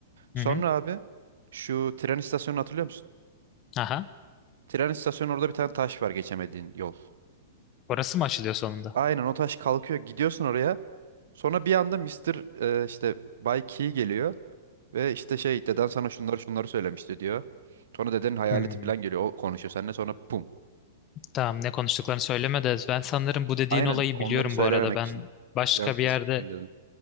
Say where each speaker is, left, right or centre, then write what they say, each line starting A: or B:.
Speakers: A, on the right; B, on the left.
A: Sonra
B: Hı hı.
A: abi şu tren istasyonunu hatırlıyor musun?
B: Aha.
A: Tren istasyonu orada bir tane taş var geçemediğin yol.
B: Orası mı açılıyor sonunda?
A: Aynen o taş kalkıyor. Gidiyorsun oraya. Sonra bir anda Mister e, işte Bay Key geliyor. Ve işte şey deden sana şunları şunları söylemişti diyor. Sonra dedenin hayaleti
B: Hmm.
A: falan geliyor. O konuşuyor seninle sonra pum.
B: Tamam ne konuştuklarını söyleme de ben sanırım bu dediğin
A: Aynen
B: olayı
A: onları
B: biliyorum
A: söylememek
B: bu arada. Ben
A: için.
B: başka
A: Biraz
B: bir
A: gizliyim
B: yerde
A: dedim.